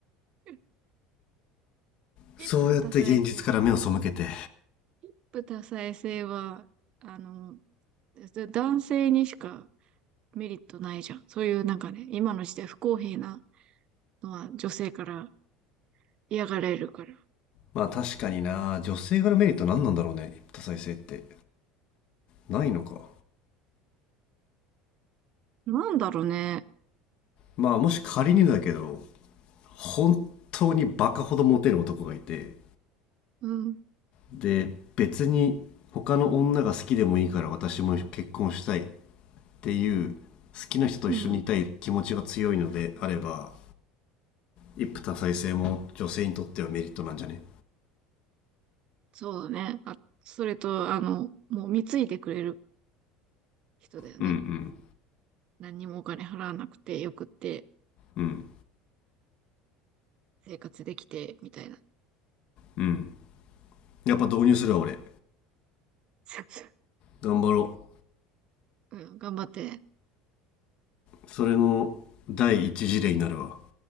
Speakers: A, on the right (about 45°); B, on the left (about 55°).
A: <laughs> 一夫多妻制。
B: そうやって現実から目を背けて
A: 一夫多妻制は、あの、だ男性にしかメリットないじゃん。そういうなんかね、今の時代不公平なのは女性から嫌がられるから。
B: まあ確かにな女性側のメリット何なんだろうね多妻制ってないのか
A: なんだろうね。
B: まあもし仮にだけど本当にバカほどモテる男がいて
A: うん。
B: で別に他の女が好きでもいいから私も結婚したいっていう好きな人と一緒にいたい気持ちが強いのであれば
A: うん。
B: 一夫多妻制も女性にとってはメリットなんじゃね
A: そうだね。あ、それと、あの、もう貢いでくれる人だよね。
B: うんうん
A: 何にもお金払わなくてよくって
B: うん
A: 生活できて、みたいな。
B: うんやっぱ導入するわ俺
A: <laughs>
B: 頑張ろう
A: うん。頑張って。
B: それの第一事例になるわ